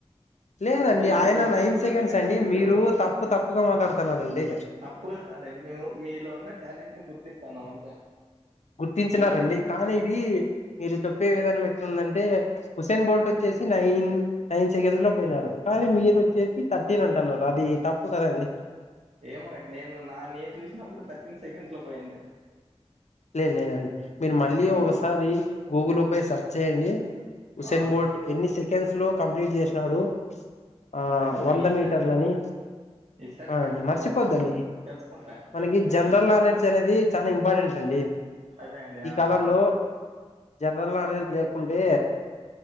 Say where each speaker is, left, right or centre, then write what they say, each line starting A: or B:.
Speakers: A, on the left; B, on the right.
A: లేదండి
B: మీరు
A: ఆయన
B: ఉసేన్
A: నైన్
B: బోల్ట్
A: సెకండ్స్
B: కంటే
A: అండి
B: స్పీడ్
A: మీరు
B: గా పో
A: తప్పు తప్పుగా మాట్లాడుతున్నారండి
B: తప్పుగ కాదండి మేము మీలో ఉన్న టాలెంట్ ని గుర్తిస్తున్నాం అంతే
A: గుర్తించినారంండి
B: మీరు
A: కానీ ఇది మీరు చెప్పే విధానం నీ బట్టి ందంటే హుస్సేన్ బోల్ట్ వచ్చేసి నైన్ నైన్ సెకండ్స్ లో పోయినారు కానీ మీరు వచ్చేసి ధర్టీన్ అంటున్నారు అది తప్పు కదా అండి
B: ఏమో నేను నా నేను చూసినప్పుడు థర్టీన్ సెకండ్స్ లో పోయింది
A: లే లేదండి మీరు మళ్ళీ
B: ఉమ్,
A: ఒకసారి గూగుల్ సెర్చ్ చేయండి హుస్సేన్
B: ఆ
A: బోల్ట్ ఎన్ని సెకండ్స్ లో కంప్లీట్ చేసినాడు అహ్
B: ఖచ్చితంగా
A: వంద
B: ఈసారి
A: మీటర్ లని
B: ఈసారి
A: అవునండి
B: ఖచ్చితంగా
A: మర్చిపోద్దండి
B: తెలుసుకుంటా
A: మనకి
B: తెలుసుకొని
A: జనరల్ నాలెడ్జ్ అనేది చాలా ఇంపార్టెంట్ ండి
B: అదే అండి
A: ఈ
B: ఆ
A: కాలంలో జనరల్ నాలెడ్జ్ లేకుంటే